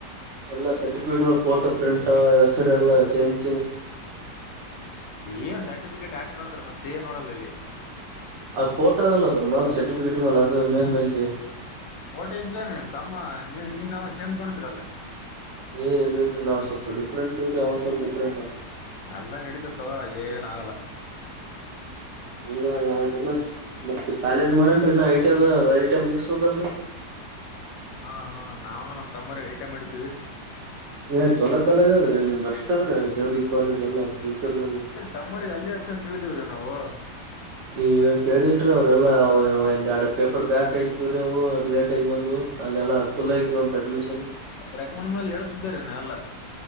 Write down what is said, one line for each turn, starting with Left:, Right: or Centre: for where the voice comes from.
Right: ಎಲ್ಲಾ ಸರ್ಟಿಫಿಕೇಟ್ ಮ ಫೋಟೋ ಪ್ರಿಂಟ್ ಹೆಸರು ಎಲ್ಲ ಚೇಂಜ
Left: ಏನ್ ಸರ್ಟಿಫಿಕೇಟ್ ಆಟಿ ನೋಡ್ತಾರ ಮತ್ತೆನ್ ನೋಡಲ್ಲ ಇಲ್ಲಿ
Right: ಅ ಟೋದಲ್ಲ ಅದ್ರ ಮ್ಯಾಲ ಸರ್ಟಿಫಿಕೇಟ್ ಮೇಾಲ ಅದ ಮೇಲೆಲ್ಲಿ
Left: ಫೋಟೋ ಇದ್ರೆ ತಮ್ಮ ನೀ ನೀನ್ವವು ಸೇಮ್ ಕೊಂಡಿದ್ರಲ್ಲ
Right: ಏ ಇಲ್ರಿ ನಾ ಸ್ವಲ್ಪ ಡಿಫ್ರಂಟ್ ಅವ್ ಸ್ಲ್ಪ್ ಡಿಫ್ರಂಟ್ ಉಂರಿ
Left: ಎಲ್ಲಾ ನಡೀತತ್ತವ ಏನಾಗಲ್ಲ
Right: ಅಲ್ಲ ಯಾವದ ಮತ್ತೆ ಕಾಲೇಜ್ ಮಾಡನ್ರಿ ಇನ್ನ ಐ ಟಿ ಐ ಮುಗಿಸಸ್ಬೇಕಲ್ರರಿ
Left: ಹಾ ನಾವು ನಮ್ ತಮ್ಮ ಅವ್ರು ಐಟಿ ಐ ಮಾಡಿಸಿವಿ
Right: ಏ ಚಲೋ ಕಾಲೇಜ್ ಅದ್ರೀ ನೀನ್ ಬೆಸ್ಟ್ ಅದ್ರ ಜವರಿ ಕಾಲೇಜ್ ಎಲ್ಲ ಫ್ಯೂಚರ್ದಾಗ
Left: ತಮ್ಮೋರಿಗೆ ಅಲ್ಲಿ ಹಚ್ಚು ಅಂತ ಹೇಳಿದಿವ್ರೀ ನಾವು.
Right: ಈ ಕೇಳಿಲ್ರೀ ಅವ್ರೆಲ್ಲಾ ಎರಡು ಪೇಪರ್ ಬ್ಯಾಕ್ ಆಗಿದವ್ರೀ ಅವು ಲೇಟ್ ಬಂದು ಅಲ್ಲೆಲ್ಲಾ ಫುಲ್ ಆಗಿದ್ದು ಅಂತ ಅಡ್ಮಿಷನ್
Left: ರೆಕಮೆಂಡ್ ಮೇಲೆ ಹೇಳ್ತಿದ್ದೆ ನಾನೆಲ್ಲ